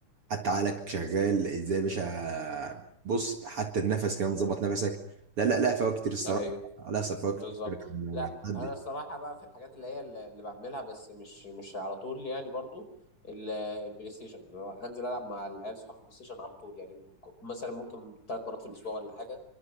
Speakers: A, on the right; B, on the left.
A: حتى عقلك شغال ازاي يا باشا بص حتى النفس كمان ظبط نفسك لا لا لا فوائد كتير الصراحه
B: ايوه
A: لا فوائد
B: بالظبط
A: كتير يعني ما-
B: لا
A: ما-
B: انا الصراحه بقى في الحاجات اللي هي اللي اللي بعملها بس مش مش على طول يعني برضو ال- البلاي ستيشن اللي هو انزل العب مع العيال صحابي البلاي ستيشن على طول يعني ك- مثلا ممكن ثلاث مرات في الاسبوع ولا حاجه